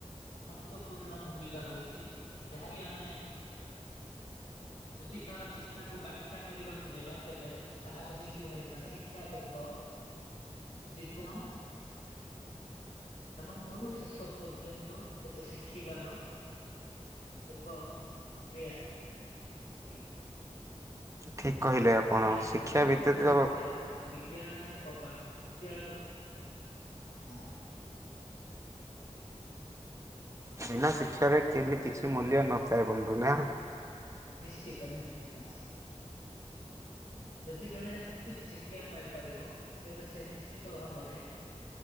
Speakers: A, on the left; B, on the right.
A: ମହତପୂର୍ଣ୍ଣ ଭୂମିକା ରହିଛି ଯାହାକି ଆମେ ଯଦି କାହାର ଶିକ୍ଷାକୁ ବ୍ୟାଖ୍ୟା କରିବାକୁ ଯିବା ତେବେ ତାହା ଏମିତି ହେପାରେ ଶିକ୍ଷା ଏକ ଜୀବନ ଆରମ୍ଭରୁ ଶେଷ ପର୍ଯ୍ୟନ୍ତ ଏକ ଶିଖିବାର ଏକ ପ୍ରକ୍ରିୟା ଟେ
B: ଠିକ୍ କହିଲେ
A: ଯାହାକି
B: ଆପଣ
A: ଆମେ
B: ଶିକ୍ଷା
A: ପ୍ରତ୍ୟେକ
B: ବ୍ୟତୀତ
A: ମୁହୂର୍ତ୍ତରେ ବି <unintelligible> ଅବା ବେଳ ହଁ
B: ବିନା ଶିକ୍ଷାରେ କେହିଁ କିଛି ମୂଲ୍ୟ ନଥାଏ ବନ୍ଧୁ ନା?
A: ନିଶ୍ଚିତ ନିଶ୍ଚିତ। ଯଦି ଜଣେ ଉଚିତ ଶିକ୍ଷା ପାଇପାରିବ ତେବେ ସେ ନିଶ୍ଚିତ ଭାବରେ